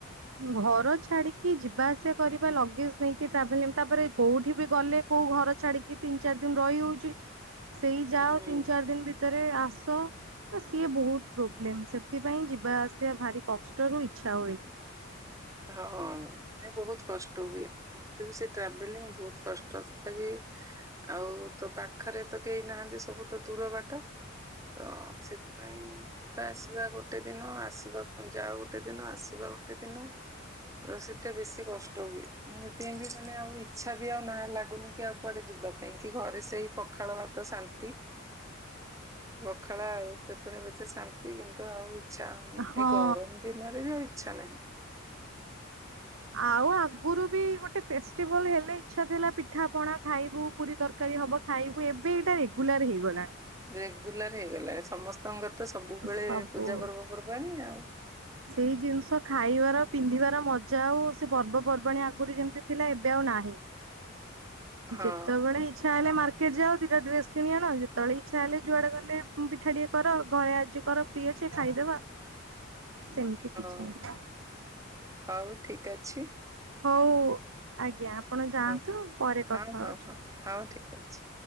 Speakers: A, on the right (about 80°); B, on the right (about 15°).
A: ଘର ଛାଡିକି ଯିବା ଆସିବା କରିବା ଲଗେଜ୍ ନେଇକି ଟ୍ରାଭେଲିଂ, ତାପରେ କୋଉଠି ବି ଗଲେ କୋଉ ଘର ଛାଡିକି ତିନ ଚାର ଦିନ ରହିହଉଛି, ସେଇ ଯାଅ
B: ହୁଁ।
A: ତିନ ଚାର ଦିନ ଭି ତରେ ଆସ। ତ ସିଏ ବହୁତ ପ୍ରୋବ୍ଲେମ୍ ସେଥିପାଇଁ ଯିବା ଆସିବା ଭାରି କଷ୍ଟରୁ ଇଚ୍ଛା ହୁଏନି।
B: ହଁ ନେ ବହୁତ କଷ୍ଟ ହୁଏ। ମୋତେ ବି ସେ ଟ୍ରାଭେଲିଂ ବହୁତ କଷ୍ଟ, ତଥାବି ଆଉ ତୋ ପାଖରେ ତ କେହି ନାହାନ୍ତି ସବୁ ତ ଦୂର ବାଟ। ତ ସେଥିପାଇଁ ଯିବା ଆସିବା ଗୋଟେ ଦିନ, ଆସିବା ପୁଣି ଯାଅ ଗୋଟେ ଦିନ ଆସିବା ଗୋଟେ ଦିନ। ତ ସେଟା ବେଶୀ କଷ୍ଟ ହୁଏ, ମୁଁ ସେଥିପାଇଁ ବି ମାନେ ଆଉ ଇଚ୍ଛା ବି ଆଉ ନା ଲାଗୁନି କି ଆଉ କୁଆଡେ ଯିବା କାହିଁକି ଘରେ ସେଇ ପଖାଳ ଭାତ ଶାନ୍ତି।
A: <inaudible>
B: ପଖାଳ ଆଳୁ ଚଟଣୀ ପଛେ ଶାନ୍ତି କିନ୍ତୁ ଆଉ ଇଚ୍ଛା ହଉନି
A: ହଁ।
B: ଏ ଗରମ ଦିନରେ ବି ଆଉ ଇଚ୍ଛା ନାହିଁ।
A: ଆଉ ଆଗରୁ ବି ଗୋଟେ ଫେଷ୍ଟିଭାଲ୍ ହେଲେ ଇଛା ଥିଲା ପିଠା ପଣା ଖାଇବୁ ପୁରୀ ତରକାରୀ ହବ ଖାଇବୁ ଏବେ ଏଇଟା ରେଗୁଲାର୍ ହେଇଗଲାଣି।
B: ରେଗୁଲାର୍ ହେଇଗଲା ଏ ସମସ୍ତଙ୍କର ତ ସବୁବେଳେ
A: ସବୁ
B: ପୂଜା ପର୍ବ ପର୍ବାଣୀ ଆଉ।
A: ସେଇ ଜିନିଷ ଖାଇବାର ପିନ୍ଧିବାର ମଜା ଆଉ ସେ ପର୍ବପର୍ବାଣୀ ଆଗରୁ ଯେମିତି ଥିଲା ଏବେ ଆଉ ନାହିଁ।
B: ହଁ
A: ଯେତେବେଳେ ଇ ଚ୍ଛା ହେଲେ ମାର୍କେଟ୍ ଯାଅ ଦିଇଟା ଡ୍ରେସ୍ କିଣି ଆଣ, ଯେତଳେ ଇଚ୍ଛା ହେଲେ ଯୁଆଡେ ଗଲେ ଉଁ, ପିଠା ଟିକେ କର ଘରେ ଆଜି କର ପି ଅଛେ ଖାଇଦବା। ସେମିତି କିଛି
B: ହଁ
A: ନାହିଁ
B: ହଉ ଠିକ ଅଛି।
A: ହଉ ଆଜ୍ଞା ଆପଣ ଯାଆନ୍ତୁ
B: ହଁ
A: ପରେ
B: ହଁ
A: କଥା
B: ହଁ
A: ହଉଛୁ।
B: ହଁ ହଉ ଠିକ୍ ଅଛି।